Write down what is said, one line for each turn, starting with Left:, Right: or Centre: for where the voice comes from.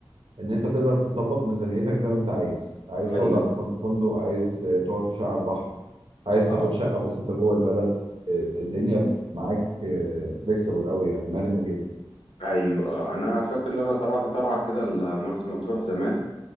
Right: ان انت تقدر تظبط ميزانيتك زي ما انت عايز عايز تقعد
Left: أيوه
Right: على فن- فندق عايز آه، تقعد في شقه على البحر عايز
Left: اه
Right: تاخد شقه بسيطه جوه البلد آه، الدنيا معاك فليكسبل قوي يعني مرنه جدا
Left: أيوه اه أنا فاكر إن أنا طلعت طلعة كده لمرسى مطروح زمان